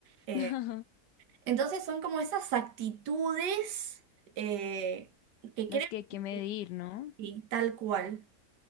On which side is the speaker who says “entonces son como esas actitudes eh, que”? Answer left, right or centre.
Right